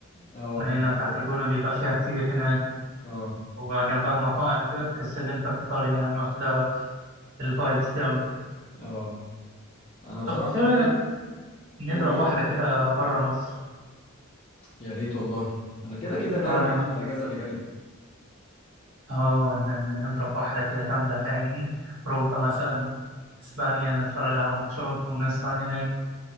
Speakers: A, on the left; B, on the right.
A: اه
B: المارينا
A: بالظبط
B: بتاعت الجونة بيبقى فيها كتير هناك
A: اه
B: وجنبها مطاعم كده بتحس إن أنت في إيطاليا يعني واخدة الفايبس دي أوي
A: اه انا بصراحة
B: طب إيه
A: في
B: رأيك نضرب
A: قول كده
B: واحدة كده بره مصر
A: يا ريت والله انا كده كده ناوي
B: آه
A: يعني في الاجازة اللي جاية
B: اه ن- ن- نضرب واحدة كده جامدة فاهمني أوروبا مثلا إسبانيا نتفرج على ماتشات ونسهر هناك